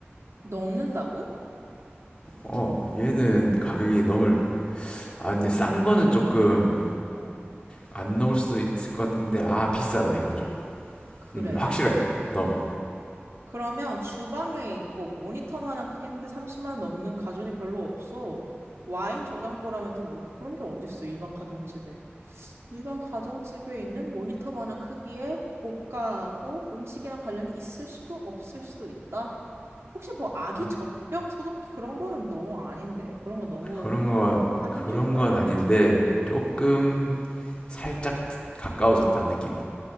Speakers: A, on the right (about 85°); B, on the left (about 20°).
A: 넘는다고?
B: 어, 얘는 가격이 넘을 아, 근데 싼 거는 조금
A: 어.
B: 안 넣을 수 있을 것 같은데 아 비싸다 이거 좀
A: 그래?
B: 음, 확실하게 넘어
A: 그러면 주방에 있고 모니터만한 크기인데 30만 원 넘는 가전이 별로 없어. 와인 저장고라면 또 모를까? 그런 게 어딨어, 일반 가정집에. 일반 가정집에 있는 모니터만한 크기의 고가하고 음식이랑 관련이 있을 수도 없을 수도 있다. 혹시 뭐 아기
B: 음,
A: 젖병 소독기 그런 거는 너무 아닌데. 그런 거 너무
B: 그런 건
A: 한정적이다.
B: 그런 건 아닌데 조금 살짝 가까워졌다 느낌이